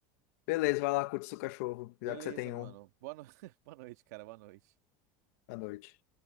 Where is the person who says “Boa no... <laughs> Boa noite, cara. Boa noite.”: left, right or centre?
Right